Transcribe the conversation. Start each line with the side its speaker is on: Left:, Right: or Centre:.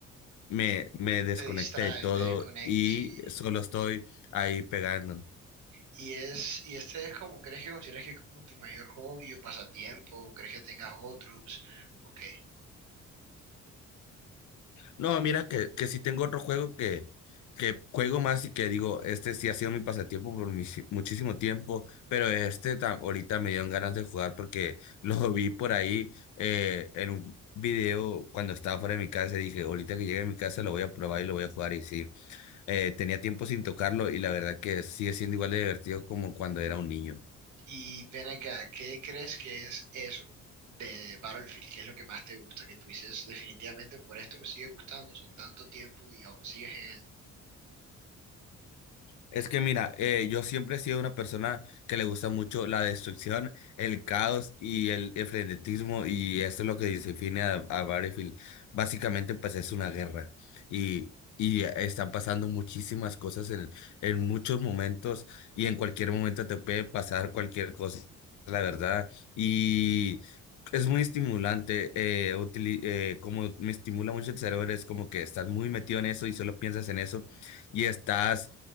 Left: Me, me desconecté
Right: Te distrae,
Left: de todo
Right: te desconectas
Left: y
Right: y,
Left: solo estoy ahí pegando.
Right: y es, y este es como, ¿crees que consideras que es como tu mayor hobby o pasatiempo? ¿O crees que tengas otros? ¿O qué?
Left: No, mira que, que sí tengo otro juego que, que juego más y que digo, este sí ha sido mi pasatiempo por mis- muchísimo tiempo, pero este ta- ahorita me dieron ganas de jugar porque <laughs> lo vi por ahí eh, en un video cuando estaba fuera de mi casa y dije, ahorita que llegue a mi casa lo voy a probar y lo voy a jugar y sí, eh, tenía tiempo sin tocarlo y la verdad que sigue siendo igual de divertido como cuando era un niño.
Right: Y ven acá, ¿qué crees que es eso de Battlefield? ¿Qué es lo que más te gusta? Que tú dices, definitivamente por esto me sigue gustando. Son tanto tiempo y aún sigues
Left: Es que mira, eh, yo siempre he sido una persona que le gusta mucho la destrucción, el caos y el, el frenetismo y esto es lo que define a, a Battlefield. Básicamente pues es una guerra y, y están pasando muchísimas cosas en, en muchos momentos y en cualquier momento te puede pasar cualquier cosa, la verdad. Y es muy estimulante, eh, utili- eh, como me estimula mucho el cerebro, es como que estás muy metido en eso y solo piensas en eso y estás